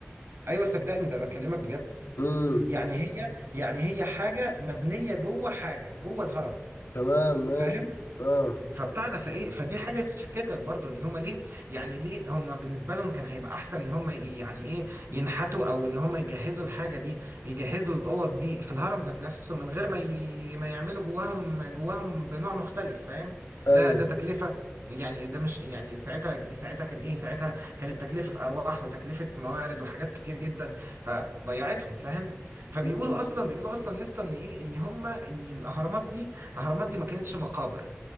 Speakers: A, on the right; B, on the left.
A: ايوه صدقني ده بكلمك بجد
B: امم
A: يعني هي يعني هي حاجة مبنية جوه حاجة جوه الهرم
B: تمام ماشي
A: فاهم؟
B: اه
A: فبتاع ده فايه فدي حاجه تشككك برضو ان هم ليه يعني ليه هم بالنسبه لهم كان هيبقى احسن ان هم يعني ايه ينحتوا او ان هم يجهزوا الحاجه دي يجهزوا الاوض دي في الهرم ذات نفسه من غير ما ي... ما يعملوا جواهم جواهم بنوع مختلف فاهم
B: ايوه
A: ده ده تكلفه يعني ده مش يعني ساعتها ساعتها كان ايه ساعتها كانت تكلفه ارواح وتكلفه موارد وحاجات كتير جدا فضيعتهم فاهم فبيقولوا
B: امم
A: اصلا بيقولوا اصلا يا اسطى ان ايه ان هم ان الاهرامات دي الاهرامات دي ما كانتش مقابر